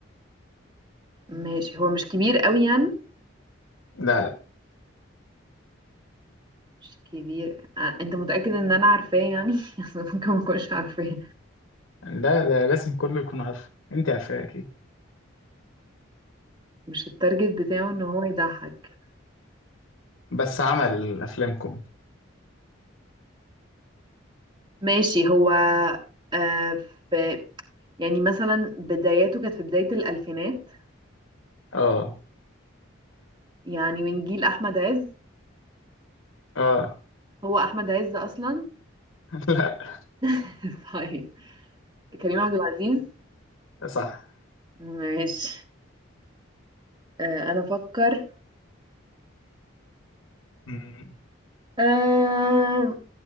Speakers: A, on the right (about 20°); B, on the left (about 80°).
A: ماشي هو مش كبير قوي يعني
B: لا لا
A: مش كبير آه، انت متأكد ان انا عارفاه يعني <laughs> اصل ممكن ما اكونش عارفاه
B: لا ده لازم كله يكون عارفه انت عارفاه اكيد
A: مش التارجت بتاعه ان هو يضحك
B: بس عمل افلام كوميدي
A: ماشي هو آه في يعني مثلا بداياته كانت في بداية الألفينات
B: اه
A: يعني من جيل أحمد عز
B: اه
A: هو أحمد عز أصلا
B: <laughs>
A: <laughs> طيب كريم عبد العزيز
B: لا صح
A: ماشي آه أنا أفكر
B: مم.
A: آه